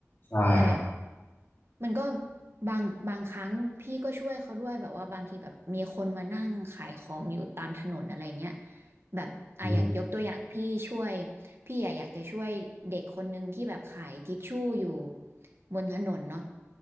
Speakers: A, on the left; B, on the right.
A: ใช่ครับ
B: แต่แบบมันก็บางบางครั้งพี่ก็ช่วยเขาด้วยแบบว่าบางทีแบบมีคนมานั่งขายของอยู่ตามถนนอะไรเงี้ย แบบอ่ะอย่างยกตัวอย่างพี่ช่วย
A: อ
B: พี่อะอยากจะช่วยเด็กคนนึงที่แบบขายทิชชู่อยู่บนถนนเนาะ